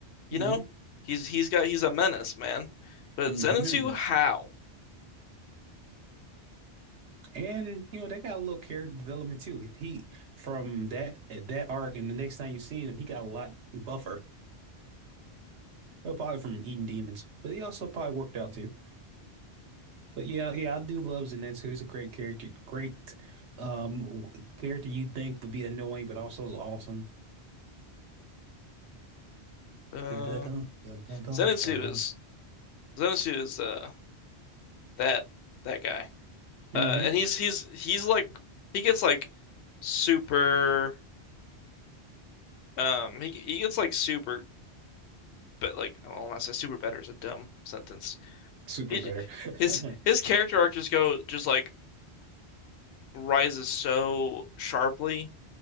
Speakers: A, on the left; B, on the right.
A: you
B: hmm
A: know? He's he's got he's a menace, man. But
B: hmm
A: Zenitsu, how?
B: <laughs> And you know they got a little character development too. He from that at that arc, and the next time you see him, he got a lot buffer. Well, probably from eating demons, but he also probably worked out too. But yeah, yeah, I do love Zenitsu. He's a great character, great um w- character you'd think would be annoying, but also is awesome.
A: Uh
B: Dun dun dun dun dun
A: Zenitsu
B: dun
A: is Zenitsu is uh that that guy. Uh,
B: dun.
A: and he's he's he's like he gets like super um he he gets like super but like I don't want to say super better is a dumb sentence.
B: super
A: He
B: better.
A: his
B: <laughs>
A: his character arc just go just like rises so sharply.